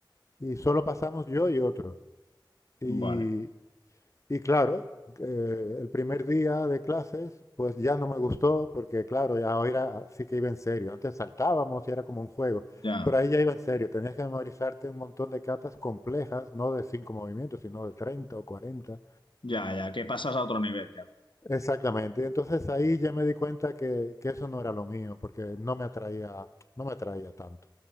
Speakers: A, on the left (about 40°); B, on the left (about 85°).
A: y solo pasamos yo y otro. Y,
B: Vale,
A: y claro, eh, el primer día de clases, pues ya no me gustó, porque claro, ya ahora sí que iba en serio. Antes saltábamos y era como un juego,
B: ya,
A: pero ahí ya iba en serio. Tenías que memorizarte un montón de catas complejas, no de cinco movimientos, sino de treinta o cuarenta
B: ya, ya, que pasas a otro nivel, ya,
A: Exactamente. Entonces ahí ya me di cuenta que, que eso no era lo mío, porque no me atraía, no me atraía tanto.